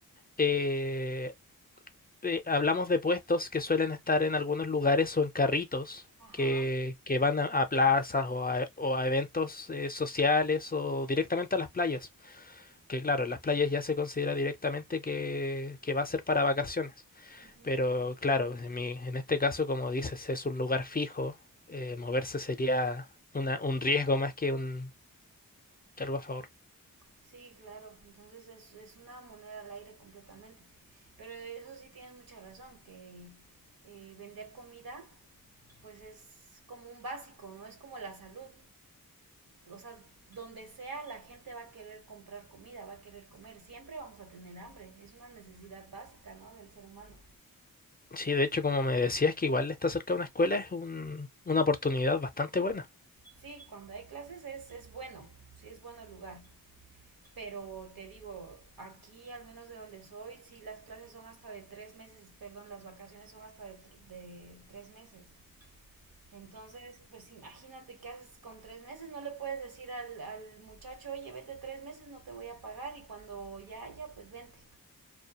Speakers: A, on the left; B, on the right.
A: eh, eh, hablamos de puestos que suelen estar en algunos lugares o en carritos
B: Ajá.
A: que, que van a, a plazas o a, o a eventos eh, sociales o directamente a las playas. Que claro, en las playas ya se considera directamente que, que va a ser para vacaciones.
B: ujú.
A: Pero claro, en mi, en este caso, como dices, es un lugar fijo. eh, moverse sería una- un riesgo más que un algo a favor.
B: Sí, claro. Entonces es, es una moneda al aire completamente. Pero eso sí tienes mucha razón, que eh, vender comida pues es como un básico, ¿no? Es como la salud. o sea, donde sea la gente va a querer comprar comida, va a querer comer, siempre vamos a tener hambre, es una necesidad básica, ¿no? Del ser humano.
A: Sí, de hecho, como me decías que igual está cerca de una escuela, es un- una oportunidad bastante buena.
B: Sí, cuando hay clases es, es bueno, sí es bueno el lugar, pero te digo, aquí al menos de donde soy, sí las clases son hasta de tres meses, perdón, las vacaciones son hasta de, tr- de tres meses. Entonces, pues imagínate qué haces con tres meses, no le puedes decir al, al muchacho, oye, vete tres meses, no te voy a pagar y cuando ya haya, pues vente.